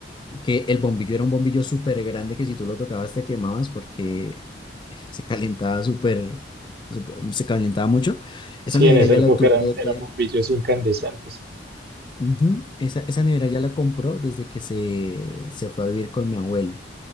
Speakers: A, on the left; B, on the right.
A: que el bombillo era un bombillo súper grande que si tú lo tocabas te quemabas porque se calentaba súper, súper- se calentaba mucho. Esa
B: Sí,
A: nevera
B: en esa
A: ya
B: época
A: la tuvo
B: eran,
A: desde...
B: eran bombillos incandescentes.
A: Ujú, Esa, esa nevera ya la compró desde que se, se fue a vivir con mi abuelo.